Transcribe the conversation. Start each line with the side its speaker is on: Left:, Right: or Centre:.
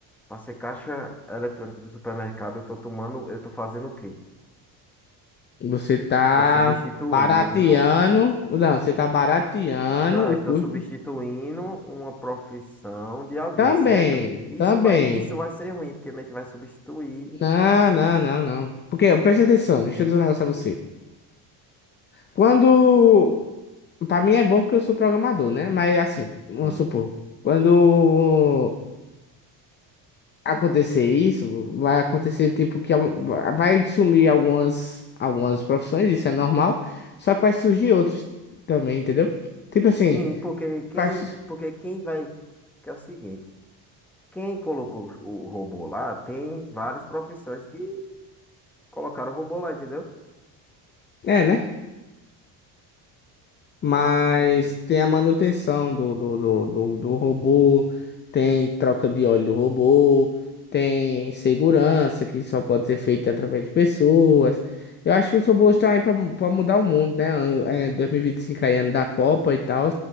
Centre: pra ser caixa eletrônica do supermercado, eu tô tomando, eu tô fazendo o quê?
Left: você tá
Centre: Estou substituindo.
Left: barateando. Não, você tá barateando
Centre: Não,
Left: o
Centre: estou
Left: custo.
Centre: substituindo uma profissão de alguém,
Left: Também,
Centre: certo? Isso
Left: também.
Centre: vai, isso vai ser ruim, porque meio que vai substituir.
Left: Não, não, não, não. Porque, presta atenção, deixa eu dizer um negócio a você. Quando. Pra mim é bom porque eu sou programador, né? Mas assim, vamos
Centre: Sim.
Left: supor. Quando acontecer isso, vai acontecer tipo que a- vai sumir algumas algumas profissões, isso é normal, só que vai surgir outras também, entendeu? Tipo assim,
Centre: Sim, porque quem,
Left: caixa-
Centre: porque quem vai. Que é o seguinte, quem colocou o robô lá tem várias profissões que colocaram o robô lá, entendeu?
Left: é, né? Mas
Centre: É, Tá certo, né?
Left: tem a manutenção do, do, do, do, do robô, tem troca de óleo do robô, tem segurança que só pode ser feita através de pessoas. Eu acho que os robôs estão aí para mudar o mundo, né? Ano- É, 2025 aí, ano da Copa e tal.